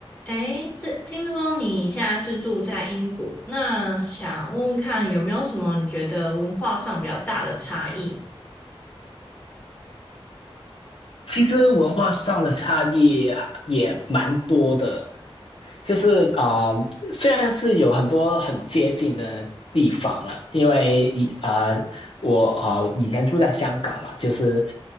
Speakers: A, on the left; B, on the left.
A: 诶，这听说你现在是住在英国，那想问问看有没有什么你觉得文化上比较大的差异？
B: 其实文化上的差异也蛮多的，就是啊、呃虽然是有很多很接近的地方了，因为以啊、呃我啊、呃以前住在香港嘛，就是